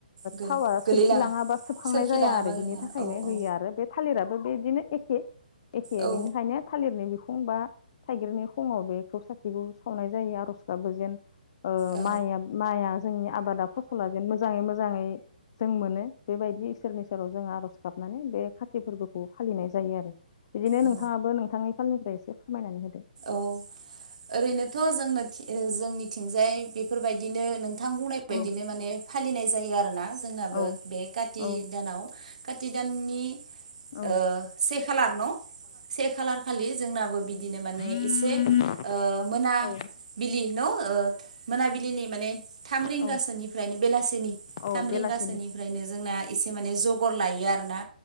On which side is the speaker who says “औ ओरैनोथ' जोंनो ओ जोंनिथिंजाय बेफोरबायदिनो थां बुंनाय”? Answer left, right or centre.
Right